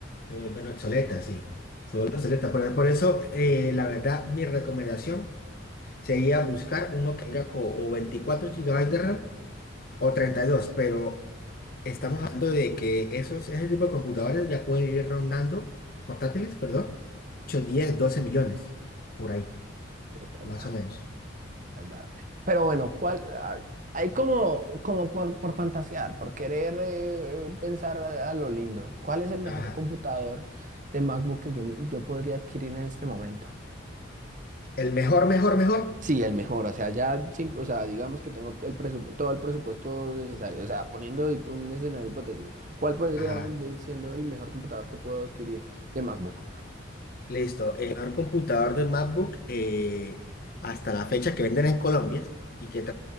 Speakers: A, on the left; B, on the right.
A: Se vuelven obsoleta, sí. Se vuelven obsoleta. Por, por eso, eh, la verdad, mi recomendación sería buscar uno que tenga co- o 24 gigabytes de RAM o treinta y dos pero estamos hablando de que esos, ese tipo de computadores ya pueden ir rondando, portátiles, perdón, 8, 10 12 millones, por ahí,
B: Es verdad,
A: más o menos.
B: es verdad. Pero bueno, ¿cuál? ah, Hay como, como por, por fantasear, por querer eh, pensar a, a lo lindo. ¿Cuál es el mejor
A: Ajá.
B: computador de MacBook que yo, yo podría adquirir en este momento?
A: El mejor, mejor, mejor.
B: Sí, el mejor, o sea, ya, sim- o sea, digamos que tengo el presupu- todo el presupuesto necesario, o sea, poniendo hip- un escenario hipotético, ¿cuál podría
A: Ajá.
B: venir siendo el mejor computador que puedo adquirir de MacBook?
A: Listo. El mejor computador de MacBook eh, hasta la fecha que venden en Colombia y que